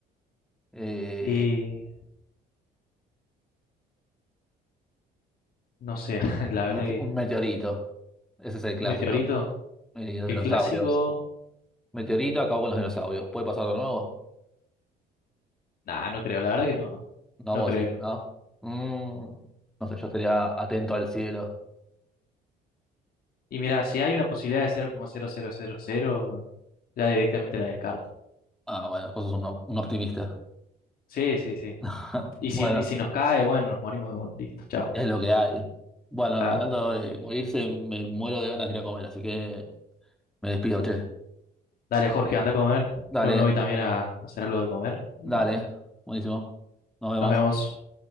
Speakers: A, in the centre; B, on the left.
A: eh,
B: Y no sé, <laughs> la
A: mete-
B: verdad que
A: un meteorito. Ese es el clásico.
B: un meteorito,
A: Y los
B: el
A: dinosaurios.
B: clásico,
A: Meteorito acabó con los dinosaurios. ¿Puede pasar de nuevo?
B: nah, no creo, la verdad que no,
A: No,
B: no
A: vos
B: creo.
A: decís que no. Mm, no sé, yo estaría atento al cielo.
B: Y mira, si hay una posibilidad de cero coma cero cero cero coma cero ya directamente la descarto.
A: Ah, bueno, vos sos un, op- un optimista.
B: Sí, sí, sí.
A: <laughs> Bueno,
B: Y si, y si nos cae, bueno, nos morimos de bueno, listo, chao.
A: es lo que hay. Bueno,
B: Claro.
A: hablando de morirse, me muero de ganas de ir a comer, así que me despido, che.
B: Dale, Jorge, anda a comer.
A: Dale,
B: Yo me voy también a hacer algo de comer. Y
A: dale.
B: bueno,
A: Buenísimo. Nos vemos.
B: nos vemos.